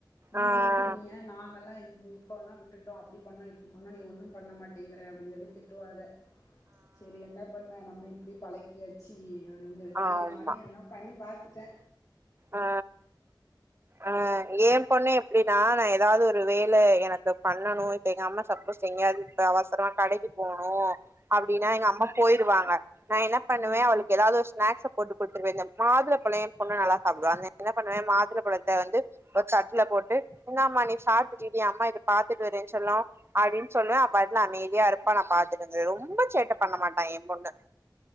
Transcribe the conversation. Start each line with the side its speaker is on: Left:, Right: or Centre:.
Left: நீ
Right: ஆ
Left: போட்டு நீ ஏ நாங்கலா இந் இப்போலா விட்டுட்டோ அப்டி பண்ணோ இப்டி பண்ணணு நீ ஒன்னு பண்ண மாட்டேங்கிற அப்டினு சொல்லி திட்டுவாக சேரி என்ன பண்ண நம் இப்டி பழக்கியாச்சு அப்டின்னு சொல்லிட்டு
Right: ஆ ஆமா
Left: நானே எதனா பண்ணி பார்த்து த
Right: ஆ ஆ ஏ பொண்ணு எப்டின்னா நா எ ஏதாவது ஒரு வேல எனக்கு பண்ணணு இப்ப எங்க அம்மா சப்போஸ் எங்கேயாவது இப்ப அவசரமா கடைக்கு போணு அப்டின்னா
Left: ம்
Right: எங்க அம்மா போயிருவாங்க நா என்ன பண்ணுவ
Left: ம்
Right: அவளுக்கு ஏதாவது ஒரு ஸ்நாக்ஸ்ஸ போட்டு கொடுத்துருவே இந்த மாதுள பழோ எ பொண்ணு நல்லா சாப்டுவா அந்த என்ன பண்ணுவே மாதுளை பழத்தை வந்து ஒரு தட்டுல போட்டு என்ன அம்மா நீ சாப்ட்டுட்டி அம்மா இத பாத்துட்டு வரறேன்னு செல்லோ அப்டின்னு சொல்லுவே அவ பாட்ல அமைதியா இருப்பா நா பாத்துட்டு இருந்தே ரொம்ப சேட்ட பண்ண மாட்டா எ பொண்ணு